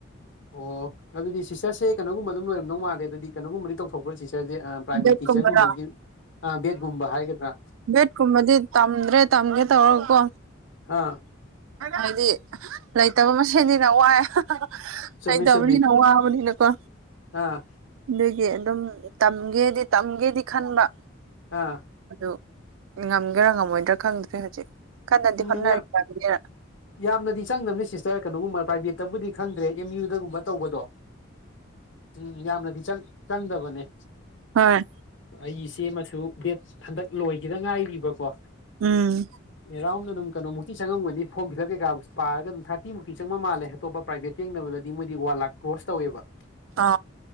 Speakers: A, on the left; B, on the right.
A: ꯑꯣ ꯑꯗꯨꯗꯤ ꯁꯤꯁꯇꯔꯁꯦ ꯀꯅꯥꯒꯨꯝꯕ ꯑꯗꯨꯝ ꯂꯣꯏꯔꯝꯗꯧ ꯃꯥꯜꯂꯦ ꯑꯗꯨꯗꯤ ꯀꯅꯥꯒꯨꯝꯕꯗꯤ ꯇꯧꯊꯣꯛꯈ꯭ꯔꯣ ꯁꯤꯁ ꯇꯔꯁꯦ ꯄ꯭ꯔꯥꯏꯃꯥꯔꯤ
B: ꯕꯦꯠꯀꯨꯝꯕꯔ
A: ꯇꯤꯆꯔꯒꯨꯝꯕꯒꯤ ꯕꯦꯗꯀꯨꯝꯕ ꯍꯥꯏꯒꯗ꯭ꯔꯥ
B: ꯕꯦꯠ ꯀꯨꯝꯕꯗꯤ ꯇꯝꯗ꯭ꯔꯦ ꯇꯝꯒꯦ ꯇꯧꯔꯒꯀꯣ
A: ꯑꯥ
B: ꯍꯥꯏꯗꯤ ꯂꯩꯇꯕ ꯃꯁꯦꯟꯅꯤꯅ ꯋꯥꯏ
A: ꯆꯨꯝꯃꯤ
B: ꯂꯩꯇꯝꯅꯤꯅ
A: ꯆꯨꯝꯃꯤ
B: ꯋꯥꯕꯅꯤꯅꯀꯣ
A: ꯑꯥ
B: ꯑꯗꯨꯒꯤ ꯑꯗꯨꯝ ꯇꯝꯒꯦꯗꯤ ꯇꯝꯒꯦꯗꯤ ꯈꯟꯕ
A: ꯑꯥ
B: ꯑꯗꯣ ꯉꯝꯒꯦꯔꯥ ꯉꯝꯃꯣꯏꯗ꯭ꯔꯥ ꯈꯪꯗ꯭ꯔꯦ ꯍꯧꯖꯤꯛ ꯀꯟꯅꯗꯤ
A: ꯎꯝ
B: ꯍꯣꯠꯅꯔꯤ
A: ꯌꯥꯝ
B: ꯇꯝꯒꯦꯔ
A: ꯌꯥꯝꯅꯗꯤ ꯆꯪꯗꯝꯅ ꯁꯤꯁꯇꯔ ꯀꯩꯅꯣꯒꯨꯝꯕ ꯄ꯭ꯔꯥꯏꯚꯦꯠꯇꯕꯨꯗꯤ ꯈꯪꯗ꯭ꯔꯦ ꯑꯦꯝ ꯌꯨꯗꯒꯨꯝꯕ ꯇꯧꯕꯗꯣ ꯎꯝ ꯌꯥꯝꯅꯗꯤ ꯆꯪꯗꯕꯅꯦ
B: ꯍꯣꯏ
A: ꯑꯩ ꯏꯆꯦꯃꯁꯨ ꯕꯦꯠ ꯍꯟꯗꯛ ꯂꯣꯏꯒꯤꯗ ꯉꯥꯏꯔꯤꯕꯀꯣ
B: ꯎꯝ
A: ꯑꯦꯔꯥꯎꯟ ꯑꯗꯨꯝ ꯀꯩꯅꫭꯃꯨꯛꯇꯤ ꯆꯪꯉꯝꯒꯅꯤ ꯐꫭꯝ ꯐꯤꯂꯞ ꯀꯩꯀꯥ ꯄꯥꯔꯒ ꯑꯗꯨꯝ ꯊꯥꯔꯇꯤꯃꯨꯛꯇꯤ ꯆꯪꯕ ꯃꯥꯜꯂꯦ ꯑꯇꫭꯞꯄ ꯄ꯭ꯔꯥꯏꯚꯦꯠ ꯌꯦꯡꯅꯕꯗꯗꯤ ꯃꯣꯏꯗꯤ ꯋꯥꯟ ꯂꯥꯛ ꯀ꯭ꯔꯣꯁ ꯇꯧꯋꯦꯕ
B: ꯇꯥ